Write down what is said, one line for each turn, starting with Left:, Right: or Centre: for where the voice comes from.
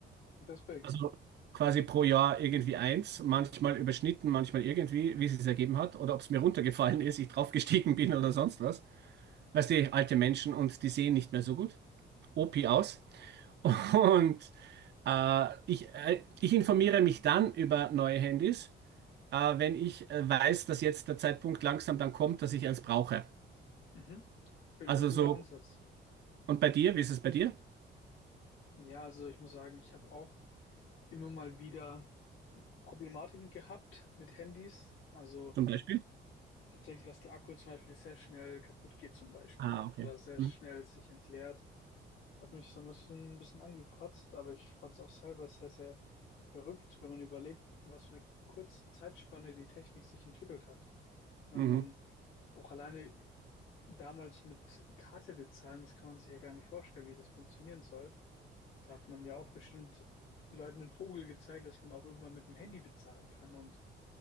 Left: Respekt.
Right: Also quasi pro Jahr irgendwie eins, manchmal überschnitten, manchmal irgendwie, wie es sich ergeben hat. Oder ob es mir runtergefallen ist, ich draufgestiegen bin oder sonst was. Weißt du, alte Menschen und die sehen nicht mehr so gut. OP aus. Und äh, ich, äh, ich informiere mich dann über neue Handys, äh, wenn ich äh, weiß, dass jetzt der Zeitpunkt langsam dann kommt, dass ich eins brauche.
Left: Mhm. Auf jeden
Right: Also
Left: Fall guter
Right: so,
Left: Ansatz.
Right: und bei dir, wie ist es bei dir
Left: Ja, also ich muss sagen, ich habe auch immer mal wieder Problematiken gehabt mit Handys. Also
Right: zum Beispiel?
Left: tatsächlich, dass der Akku zum Beispiel sehr schnell kaputt geht zum Beispiel
Right: Ah, okay.
Left: oder sehr
Right: Mhm.
Left: schnell sich entleert. Das hat mich so ein bisschen, ein bisschen angekotzt, aber ich fand es auch selber sehr, sehr verrückt, wenn man überlegt, in was für eine kurze Zeitspanne die Technik sich entwickelt hat. Ich meine,
Right: Mhm.
Left: Wenn man auch alleine damals mit Karte bezahlen, das kann man sich ja gar nicht vorstellen, wie das funktionieren soll. Da hat man ja auch bestimmt Leuten den Vogel gezeigt, dass man auch irgendwann mit dem Handy bezahlen kann. Und